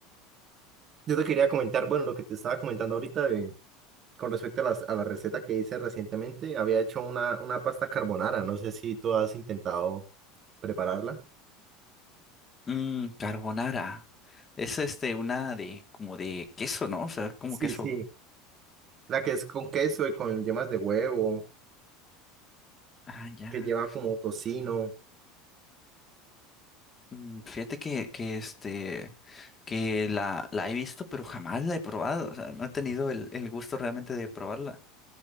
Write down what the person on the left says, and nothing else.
Mm, carbonara. Es este, una de, como de queso, ¿no? O sea, como
queso.
Ah, ya.
Mm, Fíjate que, que este que la, la he visto, pero jamás la he probado. O sea, no he tenido el, el gusto realmente de probarla.